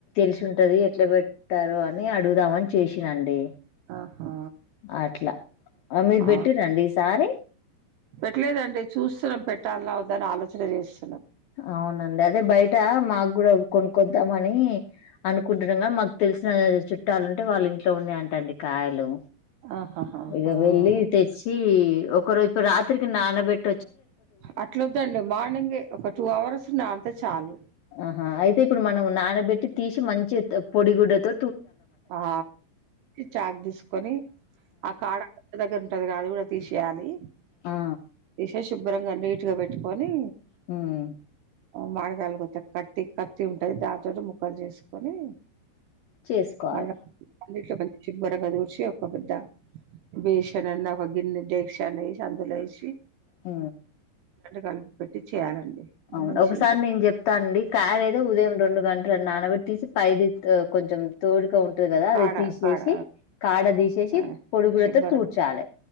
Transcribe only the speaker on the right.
ఆహా
అవును.
పెట్టలేదండి చూస్తున్నాం పెట్టాలనా వద్దని ఆలోచన చేసు
ఆహాహా
అట్లు వద్దండి మార్నింగే ఒక టూ అవర్స్ నానితే చాలు
ఆ చాక్ తీసుకొని ఆ కాడ ద దగ్గర ఉంటదిగ అది కూడా తీశ్ యాలి
ఏషేష్ శుభ్రంగా నీట్గా పెట్టుకొని
మ్మ్ మామిడి కాయలు కోత కట్టి కత్తి ఉంటుది దానితోటి ముక్కలు చేసుకొని
మళ్ళ అన్నింట్లో చివరగా తూసి ఒక గుడ్డ బేషన్ అన్న ఒక గిన్నె దడేక్ష అని వేసి అందులో వేసి
కలిపి పెట్టి చేయాలండి
మంచిగుంటది.
కాడ
కాడ
ఆ
శుభ్రంగా